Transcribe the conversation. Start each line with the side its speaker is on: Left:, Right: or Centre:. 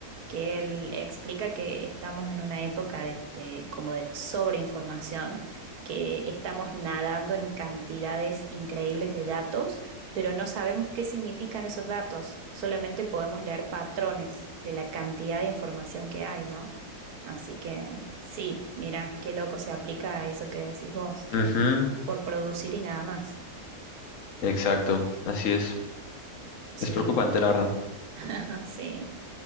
Right: que él explica que estamos en una época de, de- como de sobreinformación, que estamos nadando en cantidades increíbles de datos, pero no sabemos qué significan esos datos. Solamente podemos leer patrones de la cantidad de información que hay, ¿no? Así que sí, mira, qué loco se aplica a eso que decís vos, que
Left: ujú,
Right: por producir y nada más.
Left: Exacto. Así es.
Right: Sí,
Left: Es preocupante, la verdad.
Right: <laughs> sí.